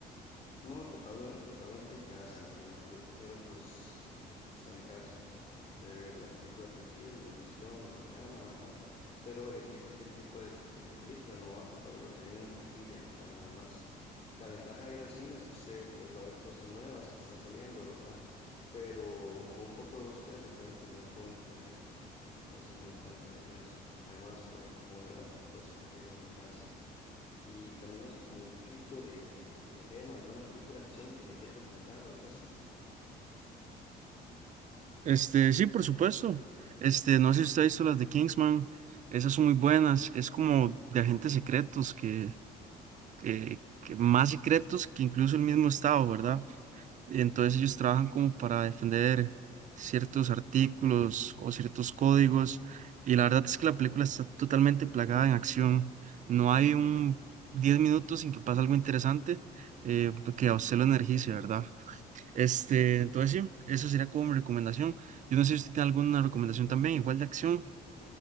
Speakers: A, on the left (about 35°); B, on the right (about 45°).
A: No, totalmente, totalmente en casa, ¿verdad? Yo prefiero pues estar en casa, ver la película tranquilo, en mi sillón, en mi cama, ¿verdad? Pero elegir cualquier tipo de, eh, de película, no acoplarme a lo que hay en la taquilla, ¿verdad? Nada más. La ventaja de ir al cine es que usted pues va a ver cosas nuevas que están saliendo, ¿verdad? Pero con un poco de búsqueda se puede encontrar todo en internet, entonces no hay tanta diferencia. Además, por la comodidad, pues prefiero mi casa. Y cambiando así como un poquito de, de tema, ¿alguna película de acción que me quiere recomendar o algo así?
B: Este, sí, por supuesto. Este, no sé si usted ha visto las de Kingsman, esas son muy buenas, es como de agentes secretos que, que, que más secretos que incluso el mismo Estado, ¿verdad? Entonces ellos trabajan como para defender ciertos artículos o ciertos códigos. Y la verdad es que la película está totalmente plagada en acción. No hay un 10 minutos sin que pase algo interesante eh, que a usted lo energice, ¿verdad? Este, entonces sí, eso sería como mi recomendación. Yo no sé si usted tiene alguna recomendación también, igual de acción,